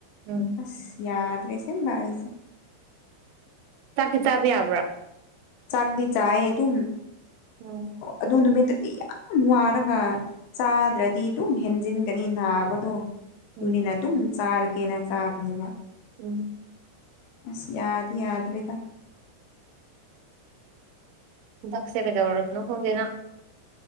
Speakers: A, on the right; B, on the left.
A: ꯎꯝ
B: ꯑꯁ ꯌꯥꯗ꯭ꯔꯦꯁꯦ ꯏꯁꯦ
A: ꯆꯥꯛꯇꯤ ꯆꯥꯕ ꯌꯥꯕ꯭ꯔꯥ
B: ꯆꯥꯛꯗꯤ ꯆꯑ ꯑꯗꯨ
A: ꯎꯝ
B: ꯑꯗꯨ ꯅꯨꯃꯤꯠ ꯤ ꯌꯥꯝ ꯋꯥꯔꯒ ꯆꯥꯗ꯭ꯔꯗꯤ ꯑꯗꯨꯝ ꯍꯦꯟꯖꯤꯟꯒꯅꯤ ꯅꯥꯕꯗꯣ ꯑꯗꯨꯅꯤꯅ
A: ꯎꯝ
B: ꯑꯗꯨꯝ ꯆꯥꯔꯒꯦꯅ ꯆꯥꯕꯅꯦꯕ
A: ꯎꯝ
B: ꯑꯁ ꯌꯥꯗ ꯌꯥꯗꯔꯦꯗ
A: ꯛꯁꯦ ꯀꯗꯧꯔꯅ ꯍꯣꯡꯒꯅ